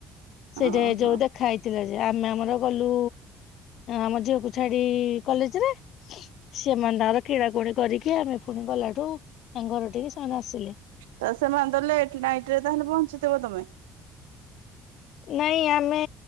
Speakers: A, on the left; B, on the right.
A: ସେଯାଏ
B: ଓହୋ
A: ଯୋଉ ଦେଖା ହେଇଥିଲା ଆମେ ଆମର ଗଲୁ ଆମ ଝିଅକୁ ଛାଡି କଲେଜ ରେ ସେମାନେ ତାଙ୍କର କିଣା କୁଣି କରିକି ଆମେ ଫୁଣି ଗଲାଠୁ ତାଙ୍କ ଘର ଠିକି ସେମାନେ ଆସିଲେ
B: ତ ସେମାନେ ତ ଲେଟ ନାଇଟ୍ ରେ ତାହେଲେ ପହଞ୍ଚିଥବ ତମେ
A: ନାଇଁ ଆମେ